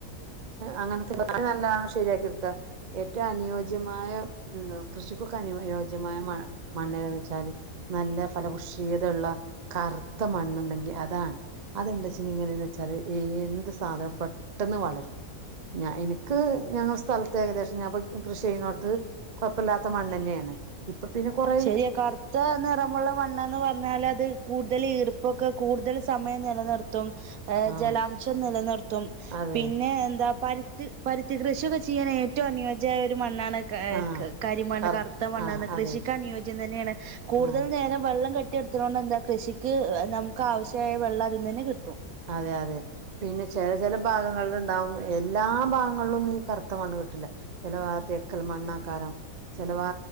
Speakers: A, on the right; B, on the right.
A: അങ്ങെൻത്തെ ൻത്തെ നല്ലോണം ശെര്യാക്കിട്ക്കാ ഏറ്റവും അനുയോജ്യമായ ന്താ കൃഷിക്കൊക്കെ അനുയോ യോജ്യമായ മ മണ്ണേതാന്നെച്ചാല് നല്ല ഫലഭുഷ്യീയതള്ള കറ്ത്ത മണ്ണ്ണ്ടെങ്കി അതാണ് അതെന്തച്ചെങ്കി എങ്ങനേന്ന് വെച്ചാല് എ എന്ത് സാധനം പെട്ടെന്ന് വളരും ഞാ ഇന്ക്ക് ഞങ്ങളെ സ്ഥൽത്ത് ഏകദേശം ഞാൻപ്പ കൃഷ്യെയ്യ്ണോട്ത്ത് കാെഴ്പ്പല്ലാത്ത മണ്ണെന്നേണ് ഇപ്പ പിന്നെ കെറെ
B: ശരിയാ കറ്ത്താ നിറമുള്ള മണ്ണ്ന്ന് പ ർഞ്ഞാലത് കൂട്തെല് ഈർപ്പൊക്കെ കൂട്തെല് സമയം നിലനിർത്തും ഏഹ്
A: ആഹ്
B: ജലാംശം നിലനിർത്തും
A: അതെ
B: പിന്നെ എന്താ പര് ത് പര്ത്തി കൃഷിയൊക്കെ ചെയ്യാൻ ഏറ്റവും അനുയോജ്യായാെര് മണ്ണാണ് ക
A: ആഹ്
B: ക കരിമണ്ണ്
A: കർ
B: കറ്ത്ത മണ്ണ്ന്ന്
A: ആഹ്
B: കൃഷിക്ക്
A: അതെ
B: അനുയോജ്യം തന്നേണ് കൂടുതൽ
A: ആഹ്
B: നേരം വെള്ളം കെ ട്ടി നിർത്ത്ണാേണ്ടെന്താ കൃഷിക്ക് നമുക്ക് ആവശ്യായ വെള്ളം അതിൽന്നെന്നെ കിട്ടും
A: അതെ അതെ പിന്നെ ചെല ചെല ഭാഗങ്ങൾല്ണ്ടാവും എല്ലാ ഭാഗങ്ങൾലൊന്നും ഈ കറ്ത്ത മണ്ണ് കിട്ട്ൺലാ ചെല വാഗത്ത് എക്കൽ മണ്ണാക്കാരം ചെല ഭാ